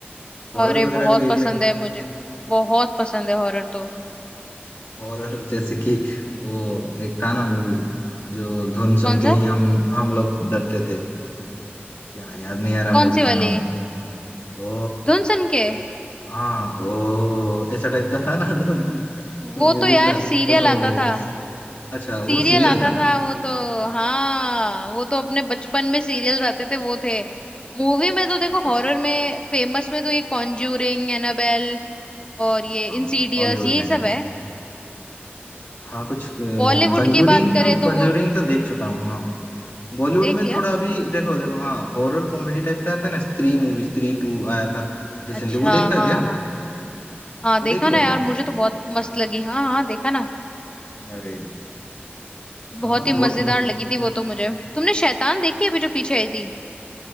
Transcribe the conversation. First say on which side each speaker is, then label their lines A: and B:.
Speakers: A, on the left; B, on the left.
A: हॉरर
B: अरे
A: वगैरह
B: बहुत
A: भी देख
B: पसंद
A: लें
B: है मुझे बहुत पसंद है हॉरर तो
A: हॉरर <laughs> जैसे कि वो एक था ना मूवी जो धुन सुन
B: कौन
A: के
B: सा
A: ही हम हम लोग डरते थे क्या याद नहीं आ रहा
B: कौन
A: मूवी
B: सी
A: का
B: वाली
A: नाम ओ
B: धुन सन के
A: हाँ ओ ऐसा टाइप का था ना <laughs> धुन म्यूजिक
B: वो तो यार
A: था
B: सीरियल
A: उस मूवी
B: आता था
A: अच्छा
B: सीरियल
A: वो सीरियल
B: आता
A: था
B: था वो तो हाँ वो तो अपने बचपन में सीरियल आते थे वो थे मूवी में तो देखो
A: अच्छा अच्छा
B: हॉरर में फेमस में तो ये कॉन्ज्यूरिंग एनाबेल और ये
A: हाँ
B: इंसीडियस
A: हॉलीवुड
B: यही
A: में
B: सब
A: है
B: है
A: हाँ कुछ
B: बॉलीवुड
A: कंजूरिंग
B: की बात करें
A: का
B: तो
A: कंजूरिंग
B: वो
A: तो देख चुका हूँ हाँ बॉलीवुड
B: देख
A: में
B: लिया
A: थोड़ा अभी देखो देखो हाँ हॉरर कॉमेडी टाइप का आता है ना स्त्री मूवी स्त्री टू आया था रिसेंटली
B: अच्छा
A: वो
B: हाँ
A: देखा क्या
B: हाँ हाँ
A: वो
B: देखा
A: देख लिया
B: ना यार
A: क्या
B: मुझे तो बहुत मस्त लगी हाँ हाँ देखा ना
A: अरे हाँ
B: बहुत ही
A: बहुत
B: मजेदार
A: मतलब
B: लगी थी वो तो मुझे तुमने शैतान देखी अभी जो पीछे आई थी